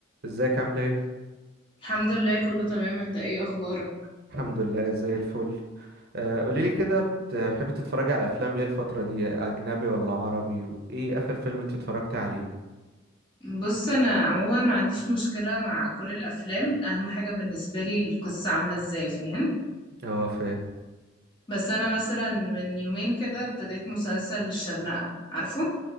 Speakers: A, on the right; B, on the left.
A: ازيك عامل ايه
B: الحمد لله كله تمام انت ايه اخبارك
A: الحمد لله زي الفل آه، قوليلي كده بتحبي تتفرجي على افلام ايه الفتره دي اجنبي ولا عربي وايه اخر فيلم انت اتفرجتي عليه
B: بص انا عموما ما عنديش مشكلة مع كل الافلام اهم حاجة بالنسبة لي القصة عاملة ازاي فاهم
A: اه فاهم
B: بس انا مثلا من يومين كده ابتديت مسلسل الشرنقة عارفه